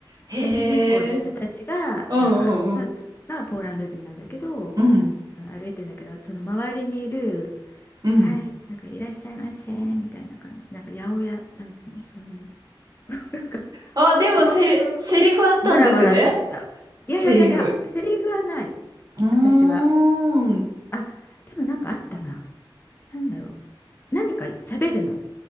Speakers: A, on the right; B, on the left.
A: へえ、
B: で、主人公の人たちが、
A: うんう
B: なんか、
A: んうん。
B: まあ、そまあ、ポーランド人なんだけど、
A: うん
B: その歩いてんだけど、その周りにいる、
A: うん。
B: はい、なんかいらっしゃいませ、みたいな感じ、なんか八百屋、なんていうの、そういう。なんか
A: あ、でもセリ、
B: そういう
A: セリフあったんですね。
B: わらわらとした。いやいやいやいや、
A: セリフ。
B: セリフはない、
A: うーん。
B: 私は。
A: ん
B: あ、でもなんかあったな。なんだろう。何か喋るの。